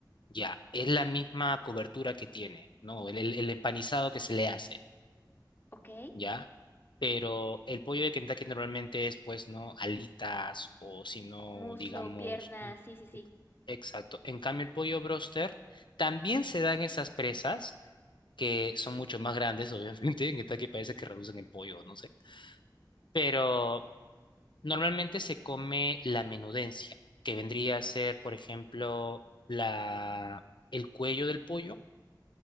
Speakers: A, on the left; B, on the left.
A: Ya, es la misma cobertura que tiene, ¿no? El, el- el empanizado que se le hace,
B: Ok.
A: ¿ya? Pero el pollo de Kentucky normalmente es, pues, ¿no? Alitas o si no,
B: Muslo,
A: digamos...
B: pierna,
A: mm,
B: sí, sí, sí.
A: ex- Exacto. En cambio, el pollo broster también se dan esas presas que son mucho más grandes, obviamente. <laughs> En Kentucky parece que reducen el pollo, no sé. pero Normalmente se come la menudencia, que vendría a ser, por ejemplo, la, el cuello del pollo.